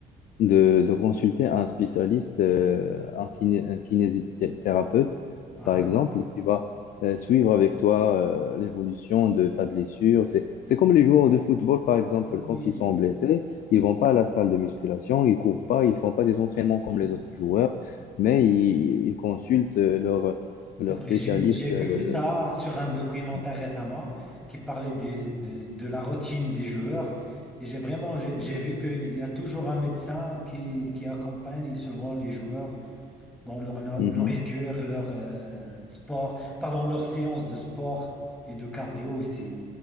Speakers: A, on the left; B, in the centre.
A: de, de consulter un spécialiste, euh, un kiné- un kinésithérapeute,
B: Ah,
A: par exemple,
B: ah,
A: et qui va euh, suivre avec toi euh, l'évolution de ta blessure. C'est, c'est comme les joueurs de football, par exemple,
B: oui,
A: quand ils
B: oui,
A: sont blessés, ils vont pas à la salle de musculation, ils courent pas, ils font pas des entraînements comme les
B: oui.
A: autres joueurs, mais ils, ils consultent euh, leur,
B: C'est
A: leur
B: vrai,
A: spécialiste.
B: j'ai, j'ai vu
A: euh,
B: ça sur un documentaire
A: oui.
B: récemment qui parlait de, de, de la routine des joueurs. Et j'ai vraiment, j'ai j'ai vu qu'il y a toujours un médecin qui, qui accompagne souvent les joueurs dans leur no-
A: mhm.
B: nourriture, leur euh, sport, pardon, leur séance de sport et de cardio aussi.